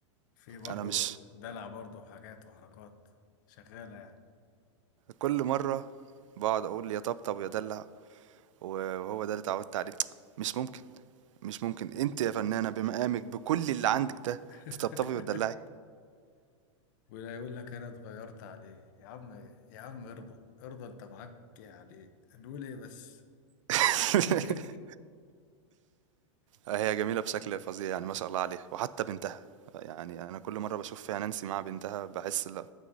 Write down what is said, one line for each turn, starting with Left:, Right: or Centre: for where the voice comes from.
Left: في برضه
Right: انا مش
Left: دلع برضه وحاجات وحركات شغالة يعني
Right: كل مره بقعد اقول يا طبطب يا دلع وهو ده اللي اتعودت عليه مش ممكن مش ممكن انت يا فنانه بمقامك بكل اللي عندك ده
Left: <laughs>
Right: تطبطبي وتدلعي
Left: ولا يقول لك انا اتغيرت عليه يا عم يا عم ارضى ارضى انت معاك يعني هنقول ايه بس
Right: <laughs>
Left: <laughs>
Right: هي جميله بشكل فظيع يعني ما شاء الله عليها وحتى بنتها يعني انا كل مره بشوف فيها نانسي مع بنتها بحس لا